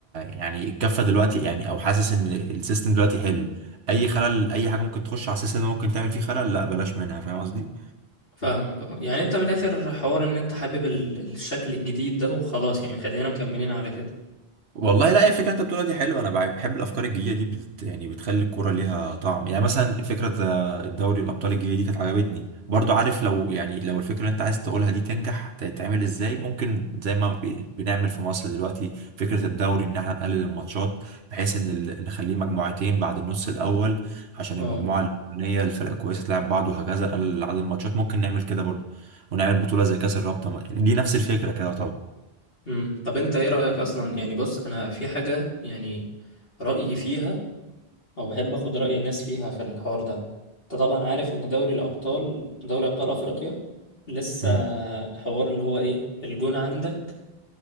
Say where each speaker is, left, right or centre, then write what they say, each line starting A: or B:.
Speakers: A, on the right; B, on the left.
A: يعني الكفة دلوقتي يعني او حاسس ان السيستم دلوقتي حلو اي خلل اي حاجة ممكن تخش على السيستم ده ممكن تعمل فيه خلل لا بلاش منها فاهم قصدي
B: فاهمك اه يعني انت من الاخر حوار ان انت حابب ال- الشكل الجديد ده وخلاص يعني خلينا مكملين على كده
A: والله لا الفكره اللي انت بتقولها دي حلوه انا بع- بحب الافكار الجديده دي بت يعني بتخلي الكوره ليها طعم يعني مثلا فكره ذا- الدوري الابطال الجديده دي كانت عجبتني برضو عارف لو يعني لو الفكره اللي انت عايز تقولها دي تنجح تتعمل ازاي ممكن زي ما بي- بنعمل في مصر دلوقتي فكره الدوري ان احنا نقلل الماتشات بحيث ان ال- نخليه مجموعتين بعد النص الاول عشان
B: اه
A: المجموعه الاولانيه الفرقه كويسه تلعب بعض وهكذا نقلل عدد الماتشات ممكن نعمل كده برضو ونعمل بطوله زي كاس الرابطه دي نفس الفكره كده
B: امم طب انت ايه رايك اصلا يعني بص انا في حاجه يعني رأيي فيها او بحب اخد رأي الناس فيها في الحوار ده انت طبعا عارف ان دوري الابطال دوري ابطال افريقيا لسه
A: طبعا
B: حوار اللي هو ايه الجون عندك